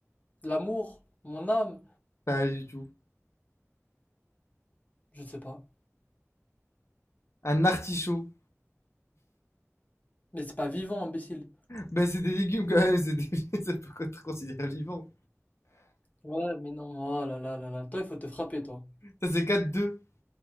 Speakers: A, on the left (about 30°); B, on the left (about 60°).
A: L'amour? Mon âme?
B: Pas du tout.
A: Je sais pas.
B: Un artichaut.
A: Mais c'est pas vivant, imbécile.
B: Ben, c'est des légumes quand même, c'est des... <laughs> ça peut être considéré vivant.
A: Ouais, mais non. Oh là là là là. Toi, il faut te frapper, toi.
B: Ça, c'est quatre deux.